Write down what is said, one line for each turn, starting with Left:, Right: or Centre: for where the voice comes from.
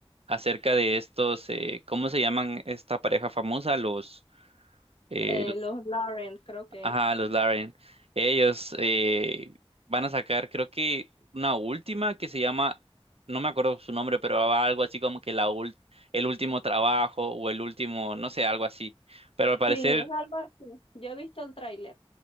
Right: acerca de estos, eh, ¿cómo se llaman esta pareja famosa? Los, eh,
Left: Eh,
Right: los-
Left: los Lauren, creo que.
Right: ajá, los Lauren. Ellos eh, van a sacar, creo que una última que se llama, no me acuerdo su nombre, pero va algo así como que la ul- el último trabajo o el último, no sé, algo así. Pero al parecer,
Left: Sí, es algo así. Yo he visto el tráiler.